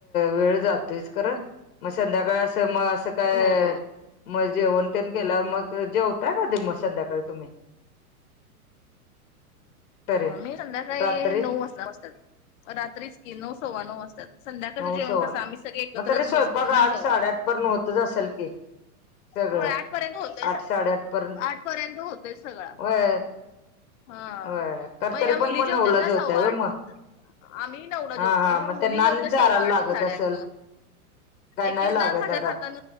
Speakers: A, on the left; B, on the left.
A: वेळ जातोयच खरच मग संध्याकाळी अस मग अस काय
B: हो
A: मग जेवण ते केल्यावर मग जेवताय कधी मग संध्याकाळी तुम्ही तरी
B: आम्ही संध्याकाळी
A: रात्री
B: नऊ वाजता बसतात रात्रीच की नऊ सव्वा नऊ वाजतात संध्याकाळच
A: नऊ
B: जेवण
A: सव्वा
B: कस
A: नऊ
B: आम्ही सगळे एकत्रच
A: मग तरी स्वयंपाक
B: बसतो ना
A: आठ
B: जेवायला
A: साडेआठ पर्यंत होतच असेल की सगळं
B: होय आठपर्यंत होतस
A: आठ साडेआठ पर्यंत
B: आठ पर्यंत होतस सगळा
A: होय
B: हा
A: होय
B: मग
A: तर
B: पण
A: तरी
B: या मुली
A: मग
B: जे
A: नऊला
B: होत्या ना
A: जेवताय
B: सव्वाआठ
A: होय मग
B: आम्ही नऊला जेवतोय
A: हा हा मग
B: मुली
A: त्यांना
B: जेवते
A: आणि
B: सव्वा
A: चारायला
B: आठ
A: लागत
B: साडेआठ
A: असेल
B: ला-
A: काय नाही
B: एक एकदा
A: लागत
B: खात्या
A: आता
B: खात